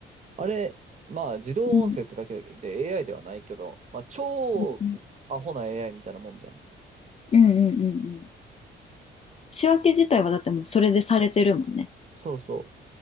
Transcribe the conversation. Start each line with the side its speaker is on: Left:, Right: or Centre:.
Right: あれ、まあ自動音声ってだけで
Left: うん。
Right: AI ではないけど、まあ超アホな
Left: うんうん。
Right: AI みたいなもんじゃん。
Left: うんうんうんうん。仕分け自体はだってもうそれでされてるもんね。
Right: そうそう。